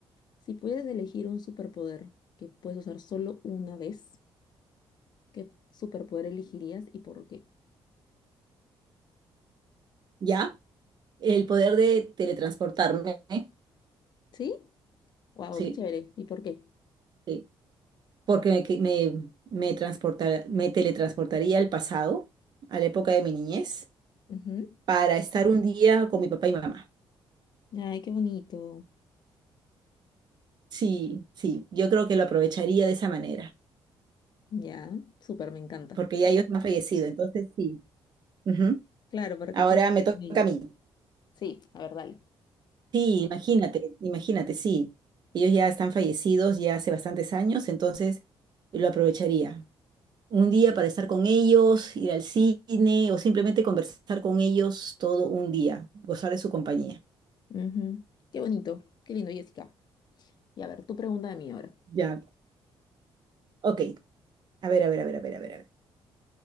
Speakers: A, on the left; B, on the right.
A: Si puedes elegir un superpoder que puedes usar solo una vez, ¿qué superpoder elegirías y por qué?
B: ¿Ya? El poder de teletransportarme. ¿eh?
A: ¿Sí? ¡Wow!
B: Sí,
A: ¡Qué chévere! ¿Y por qué?
B: sí. Porque me, que- me, me transportar- me teletransportaría al pasado, a la época de mi niñez,
A: Ujú.
B: para estar un día con mi papá y mamá.
A: Ay, qué bonito.
B: Sí, sí. Yo creo que lo aprovecharía de esa manera,
A: Ya, súper, me encanta.
B: porque ya ellos han fallecido. Entonces, sí. Ujú.
A: Claro, para
B: Ahora
A: que puedas estar
B: me toca
A: con ellos.
B: a mí.
A: Sí, a ver, dale.
B: Sí, imagínate, imagínate, sí. Ellos ya están fallecidos ya hace bastantes años, entonces lo aprovecharía. Un día para estar con ellos, ir al cine o simplemente conversar con ellos todo un día, gozar de su compañía.
A: Ujú. Qué bonito, qué lindo, Jessica. Y a ver, tu pregunta de mí ahora.
B: Ya. Ok, a ver, a ver, a ver, a ver, a ver, a ver.